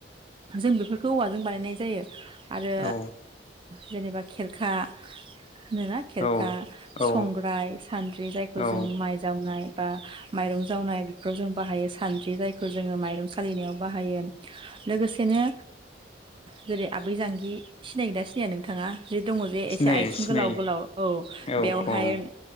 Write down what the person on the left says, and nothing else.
औ
औ औ
औ
सिनायो
सिनायो
औ
औ